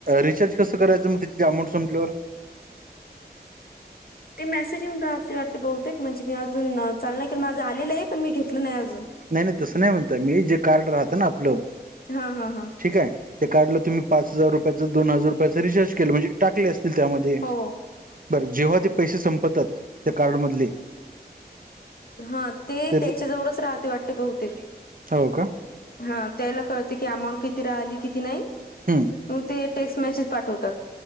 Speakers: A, on the right (about 55°); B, on the left (about 65°).
A: रिच्ज कस करायचं मग तिती अमाऊंट संपल्यावर
B: ते मेसेज येऊन राहते वाटते बहुते म्हणजे मी अजून चाल नाही की माझं आलेलं आहे पण मी घेतलं नाही अजून
A: नाही नाही तसं नाही म्हणतय मी जे कार्ड राहत ना आपलं
B: हा हा हा
A: ठीक आहे ते कार्ला तुम्ही पाच हजार रुपयाच दोन हजार रुपयां रिचार्ज केलं म्हजे टाक त्यामध्ये
B: हो
A: बर जेव्हा ते पैसे संपतात त्या कार्ड मधले
B: हा ते
A: तर
B: त्याच्याजवळच राहते वाटे बहुते
A: हो का
B: हा त्याला कळते की अमाऊंट किती राहिली किती नाही
A: हम्म
B: मग ते टेक्स्ट मॅसेज पाठवतात